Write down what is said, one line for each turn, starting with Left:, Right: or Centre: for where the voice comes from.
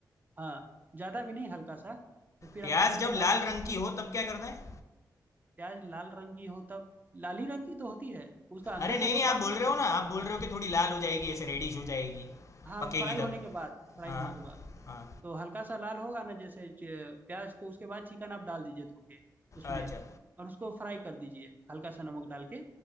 Right: हाँ ज्यादा भी नहीं हल्का सा तो फिर
Left: प्याज
Right: आप चिकन
Left: जब
Right: को
Left: लाल
Right: डाल के
Left: रंग की हो तब क्या करना है
Right: प्याज लाल रंग की हो तब लाली रंग की तो होती है उसका अंदर
Left: अरे नहीं
Right: का
Left: नहीं
Right: जो
Left: आप
Right: पार्ट
Left: बोल
Right: होता
Left: रहे
Right: है
Left: हो
Right: ना
Left: ना
Right: व्हाइट
Left: आप
Right: होता
Left: बोल रहे
Right: है
Left: हो कि थोड़ी लाल हो जाएगी ऐसे रेडिश हो जाएगी
Right: हाँ
Left: पकेगी
Right: फ्राई
Left: तब
Right: होने के बाद फ्राई
Left: हाँ
Right: होने के बाद
Left: हाँ
Right: तो हल्का सा लाल होगा ना जैसे च- प्याज तो उसके बाद चिकन आप डाल दीजिए धो के उसमें
Left: अच्छा
Right: और उसको फ्राई कर दीजिए हल्का सा नमक डाल के